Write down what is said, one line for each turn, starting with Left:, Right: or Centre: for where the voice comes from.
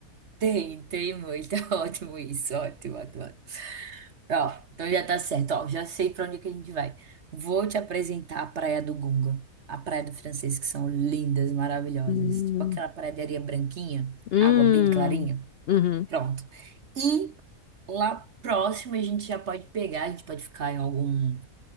Right: Tem, tem muito. <laughs> Ótimo isso. Ótimo, ótimo. ótimo. Ó, então já tá certo. Ó, já sei para onde que a gente vai. Vou te apresentar a Praia do Gunga, a Praia do Francês, que são lindas, maravilhosas.
Left: Hum.
Right: Tipo aquela praia de areia branquinha,
Left: Hum.
Right: água bem clarinha.
Left: Uhum.
Right: Pronto. E lá próximo a gente já pode pegar, a gente pode ficar em algum.